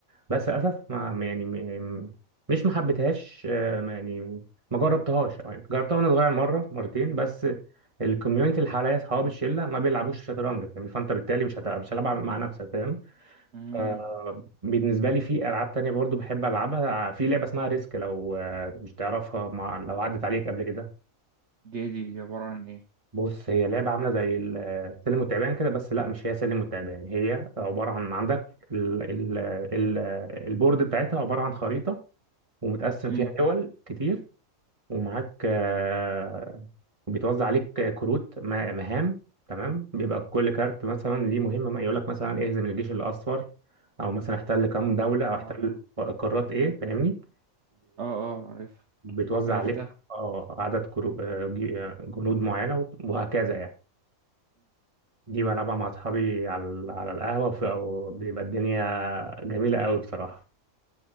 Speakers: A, on the right; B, on the right.
A: بس للاسف ما يعني م- مش ما حبيتهاش آه، ما- يعني ما جربتهاش أو يعني جربتها وانا صغير مره مرتين بس الكوميونتي اللي حواليا اصحابي الشله ما بيلعبوش شطرنج فاهم؟ فانت بالتالي مش هت... مش هتلعب مع نفسك فاهم
B: امم
A: آه، بالنسبة لي في ألعاب تانية برضو بحب ألعبها في لعبة اسمها ريسك لو آه، مش تعرفها مع- لو عدت عليك قبل كده
B: دي دي عبارة عن ايه
A: بص هي لعبة عاملة زي ال- السلم والتعبان كده بس لا مش هي سلم والتعبان هي عبارة عن عندك ال ال ال البورد بتاعتها عبارة عن خريطة ومتقسم
B: امم
A: فيها دول كتير ومعاك آه، بيتوزع عليك كروت م- مهام تمام بيبقى كل كارت مثلا ليه مهمة يقول لك مثلا اهزم الجيش الأصفر أو مثلا احتل كام دولة أو
B: اه
A: احتل
B: اه
A: قارات إيه فاهمني
B: اه عرف
A: وبيتوزع
B: عرفتها
A: عليك اه عدد كرو... آه، جي- آه، جنود معينة وب- وهكذا يعني دي بلعبها مع أصحابي على ال- على القهوة في أو بيبقى الدنيا جميلة قوي بصراحة